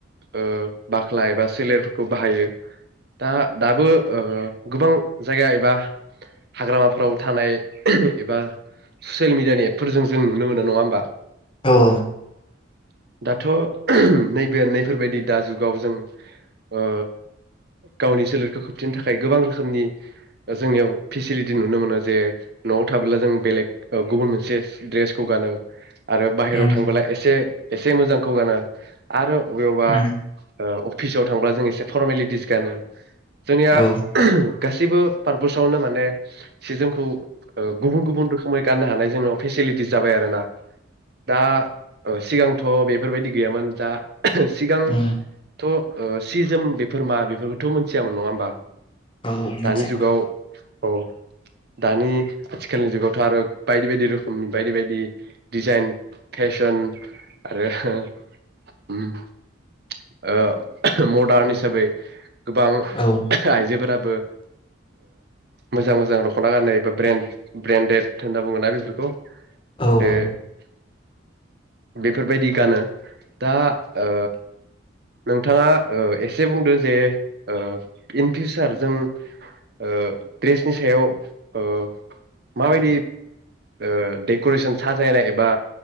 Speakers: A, on the right; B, on the left.
A: ओ बाख्ला एबा सोलेरफोरखौ बाहायो दा दाबो ओ गोबां जायगा एबा हाग्रामाफोराव थानाय एबा ससियेल मिडियानि एपफोरजों जों नुनो मोनो नंङा होमबा
B: औ
A: दाथ' नैबे नैफोरबायदि दा जुगाव जों ओ गावनि सोलेरखौ खोबथिनो थाखाय गोबां रोखोमनि जोंनियाव फेसिलिटि नुनो मोनो जे नआव थाबोला जों बेलेग गुबुन मोनसे द्रेसखौ गानो आरो बाहेराव
B: उम
A: थांबोला एसे एसे मोजांखौ गानो आरो अबेयावबा
B: उम
A: ओ
B: उम
A: अब अफिसाव थांबा जों एसे फरमेलिटिस गानो जोंनिया
B: औ
A: <unintelligible> गासैबो पारपसावनो माने सि जोमखौ गुबुन गुबुन रोखोमै गाननो हानाय जोंनाव फेसिलिटिस जाबाय आरोना दा ओ सिगांथ बेफोरबायदि गैयामोन दा सिगां
B: उम
A: थ सि जोम बेफोर मा बेफोरखौथ मिथियामोन नङा होमबा
B: औ मिथियामोन
A: दानि जुगाव औ दानि आथिखालनि जुगावथ' आरो बायदि बायदि रोखोमनि बायदि बायदि डिजाइन फेशन आरो ओ मडार्न हिसाबै गोबां
B: औ
A: आइजोफोरा -बो मोजां मोजां दख'ना गानो एबा ब्रेन्ड ब्रेन्डेड होनना बुङोना बेफोरखौ
B: औ औ
A: बे बेफोरबायदि गानो दा ओ नोंथाङा ओ एसे बुंदो जे ओ इन फिउसार ओ जों ओ दड्रेसनि सायाव ओ माबायदि ओ डेक'रेसन साजायनाय एबा